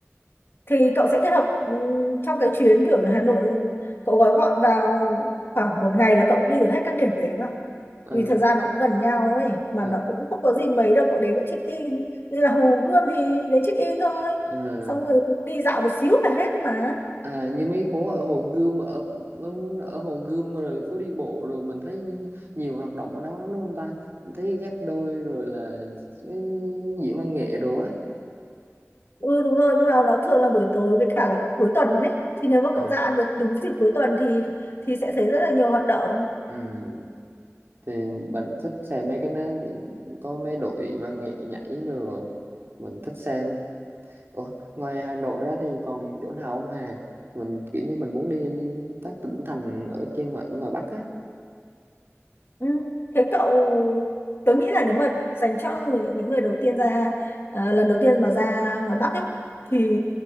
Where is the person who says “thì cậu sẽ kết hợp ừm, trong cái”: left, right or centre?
Left